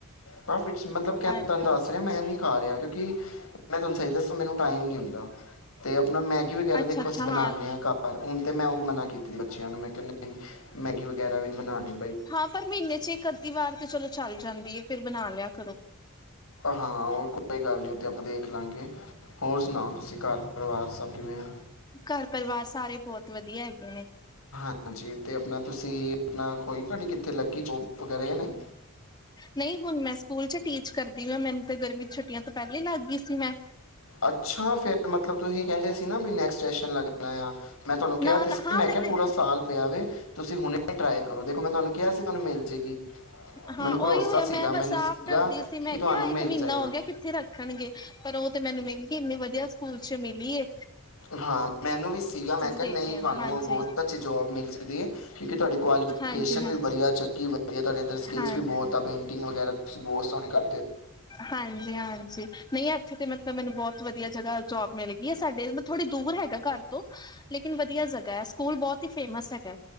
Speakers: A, on the left; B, on the left.
A: ਕਾਫੀ ਮਤਲਬ ਕਹਿ
B: ਅੱਛਾ,
A: ਤੁਹਾਨੂੰ ਦੱਸ ਰਿਹਾ ਮੈਂ ਨੀ ਖਾ ਰਿਹਾ ਕਿਉਂਕਿ ਮੈਂ ਤੁਹਾਨੂੰ ਸਹੀ ਦੱਸਾਂ ਮੈਨੂੰ ਟਾਈਮ ਨੀ ਹੁੰਦ ਤੇ ਆਪਣਾ ਮੈਗੀ ਵਗੈਰਾ
B: ਅੱਛਾ-ਅੱਛਾ
A: ਦੇਖੋ ਅਸੀਂ ਬਣਾਣੇ
B: ਹਾਂ।
A: ਆਂ ਘਰ ਹੁਣ ਤੇ ਮੈਂ ਉਹ ਮਨਾ ਕੀਤੀ ਬੱਚਿਆਂ ਨੂੰ ਮੈਂ ਕਹਿ ਮੈਗੀ ਵਗੈਰਾ ਵੀ ਬਣਾਣੀ
B: ਹਾਂ ਪਰ ਮਹੀਨੇ ਚ ਇੱਕ ਅੱਧੀ ਵਾਰ ਤੇ ਚਲੋ ਚੱਲ ਜਾਂਦੀ ਏ, ਫਿਰ ਬਣਾ ਲਿਆ ਕਰੋ।
A: ਹਾਂ ਉਹ ਕੋਈ ਗੱਲ ਨਹੀਂ ਉਹ ਤੇ ਆਪਾਂ ਦੇਖ ਲਾਂਗੇ ਹੋਰ ਸੁਣਾਓ ਤੁਸੀਂ ਘਰ ਪਰਿਵਾਰ ਸਭ ਕਿਵੇਂ ਆ।
B: ਘਰ ਪਰਿਵਾਰ ਸਾਰੇ ਬਹੁਤ ਵਧੀਆ ਹੈਗੇ ਨੇ।
A: ਹਾਂਜੀ ਤੇ ਆਪਣਾ ਤੁਸੀਂ ਆਪਣਾ ਕੋਈ ਤੁਹਾਡੀ ਕਿੱਥੇ ਲੱਗੀ ਜੋਬ ਵਗੈਰਾ ਨਹੀਂ।
B: ਨਹੀਂ ਹੁਣ ਮੈਂ ਸਕੂਲ ਚ ਟੀਚ ਕਰਦੀ ਆਂ, ਮੈਨੂੰ ਤੇ ਗਰਮੀ ਚ ਛੁੱਟੀਆਂ ਤੋਂ ਪਹਿਲਾਂ ਹੀ ਲੱਗ ਗਈ ਸੀ। ਸੀ ਮੈਂ
A: ਅੱਛਾ ਫੇਰ ਮਤਲਬ ਤੁਸੀਂ ਕਹਿੰਦੇ ਸੀ ਨਾ ਨੈਕਸ ਸੈਸ਼ਨ ਲਗਣਾ। ਮੈਂ ਤੁਹਾਨੂੰ ਕਿਹਾ
B: ਨਾ-ਨਾ
A: ਤੁ
B: ਹਾਂ
A: ਮੈਂ ਕਿਹਾ
B: ਤੇ
A: ਪੂਰਾ ਸਾਲ ਪਿਆ ਵੇ ਤੁਸੀਂ ਹੁਣੇ ਟਰਾਈ ਕਰੋ ਦੇਖੋ ਮੈਂ ਤੁਹਾਨੂੰ ਕਿਹਾ ਸੀ ਤੁਹਾਨੂੰ ਮਿਲ ਜੇਗੀ।
B: ਹਾਂ
A: ਮੈਨੂੰ ਭਰੋਸਾ
B: ਉਹੀ ਹੋਇਆ
A: ਸੀਗਾ
B: ਮੈਂ
A: ਮੈਨੂੰ
B: ਬਸ ਆਪ
A: ਸੀਗਾ
B: ਡਰਦੀ ਸੀ ਮੈਂ
A: ਕਿ ਤੁਹਾਨੂੰ
B: ਕਿਆ
A: ਮਿਲ
B: ਇੱਕ ਮਹੀਨਾ
A: ਜਾਏਗਾ
B: ਹੋ ਗਿਆ ਕਿੱਥੇ ਰੱਖਣਗੇ ਪਰ ਉਹ ਤੇ ਮੈਨੂੰ ਮੇਰੀ ਇੰਨੀ ਵਧੀਆ ਸਕੂਲ ਚ ਮਿਲੀਏ।
A: ਹਾਂ ਮੈਨੂੰ ਵੀ ਸੀਗਾ ਮੈਂ ਕਿਹਾ
B: ਦੇਤੀਆਂ
A: ਨਹੀਂ ਤੁਹਾਨੂੰ
B: ਨੇ ਹਾਂਜੀ
A: ਬਹੁਤ ਅੱਛੀ ਜੋਬ ਮਿਲ ਸਕਦੀ ਐ, ਕਿਉਂਕਿ ਤੁਹਾਡੀੇ ਕੁਆਲੀਫਿਕੇਸ਼ਨ
B: ਹਾਂਜੀ ਹਾਂਜੀ
A: ਵੀ ਵਧੀਆ ਚੱਕੀ ਵਧੀਆ ਤੁਹਾਡੇ ਅੰਦਰ ਸਕਿੱਲਸ
B: ਹਾਂਜੀ
A: ਵੀ ਬਹੁਤ ਆ ਪੇਂਟਿੰਗ ਵਗੈਰਾ ਤੁਸੀਂ ਬਹੁਤ ਸੋਹਨੇ ਘਰ
B: ਹਾਂਜੀ -ਹਾਂਜੀ। ਨਹੀਂ ਇਥੇ ਮਤਲਬ ਮੈਨੂੰ ਬਹੁਤ ਵਧੀਆ ਜਗਾਂ ਜੋਬ ਮਿਲ ਗਈ ਸਾਡੇ ਥੋੜੀ ਦੂਰ ਹੈਗਾ ਘਰ ਤੋਂ ਲੇਕਿਨ ਵਧੀਆ ਜਗਾਂ ਐ ਸਕੂਲ ਬਹੁਤ ਫੇਮਸ ਹੈਗਾ,